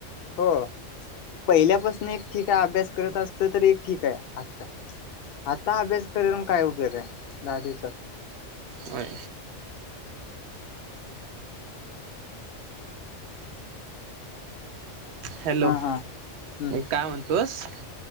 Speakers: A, on the left (about 60°); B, on the right (about 70°).
A: हो पहिल्यापासून एक ठीक आहे अभ्यास करत असत तर एक ठीक आहे आत्ता आता अभ्यास करीून काय उपयोग आहे दहा दिवसात
B: होय हॅलो
A: हा हा हम्म
B: काय म्हणतोस